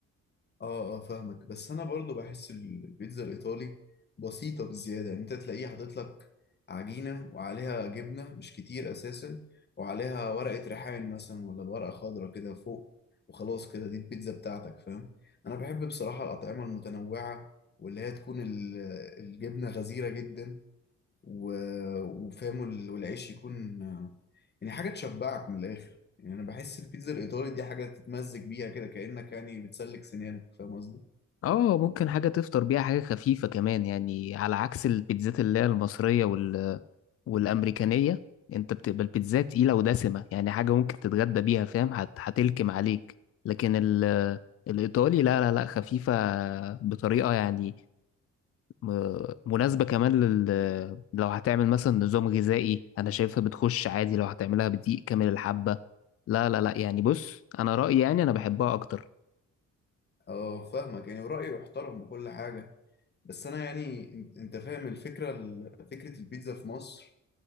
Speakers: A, on the left; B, on the left.
A: اه اه فاهمك بس انا برضو بحس البيتزا الايطالي بسيطه بزياده يعني انت تلاقيه حاطط لك عجينه وعليها جبنه مش كتير اساسا وعليها ورقه ريحان مثلا ولا ورقه خضراء كده فوق وخلاص كده دي البيتزا بتاعتك فاهم انا بحب بصراحه الاطعمه المتنوعه واللي هي تكون ال- الجبنه غزيره جدا و... وفاهم وال- والعيش يكون آه، يعني حاجة تشبعك من الآخر يعني أنا بحس البيتزا الإيطالي دي حاجة تتمزج بيها كده كأنك يعني بتسلك سنانك فاهم قصدي؟
B: اه ممكن حاجة تفطر بيها حاجة خفيفة كمان يعني على عكس البيتزات اللي هي المصرية وال... والأمريكانية انت بتبقى البيتزا تقيلة ودسمة يعني حاجة ممكن تتغدى بيها فاهم هت... هتلكم عليك لكن ال... الإيطالي لا لا لا خفيفة بطريقة يعني م- مناسبة كمان لل... لو هتعمل مثلا نظام غذائي أنا شايفها بتخش عادي لو هتعملها بدقيق كامل الحبة لا لا لا يعني بص أنا رأيي يعني أنا بحبها أكتر
A: اه فاهمك يعني ورأيي محترم بكل حاجة بس أنا يعني أنت أنت فاهم الفكرة ال- فكرة البيتزا في مصر